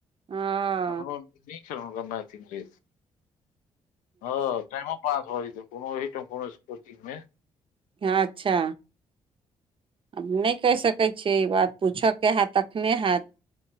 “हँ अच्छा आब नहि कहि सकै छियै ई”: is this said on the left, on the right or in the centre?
Right